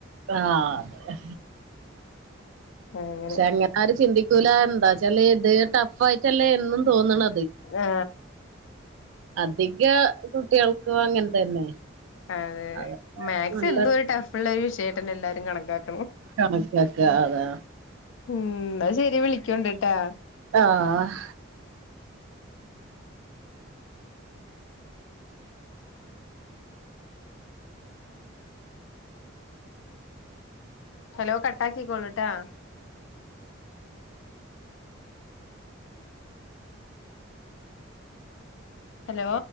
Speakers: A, on the right; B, on the left.
A: ആ അതെ
B: അങ്ങനെ
A: ക്ഷെ അങ്ങനാരും ചിന്തി തൂല എന്താച്ചാൽ ഇത് ടഫ് ആയിട്ടല്ലേ എന്നും തോന്നണ
B: ആ
A: അധിക കുട്ടികൾക് ക്കും അങ്ങന തന്നെ
B: അതെ
A: അതൊക്കെ
B: മാത്‌സ്
A: നല്ല
B: എന്നുമൊരു ടഫുള്ള ഒരു വിഷയായിട്ടെന്നെ എല്ലാരും ട്ടും കണക്കാക്
A: കണകാക്ക അതാ
B: ഉം അയ്ശെരിയാ വിളിക്കോണ്ടിട്ടാ
A: ആഹ്
B: ഹലോ കട്ടാക്കിക്കൊള്ളൂട്ടാ ഹലോ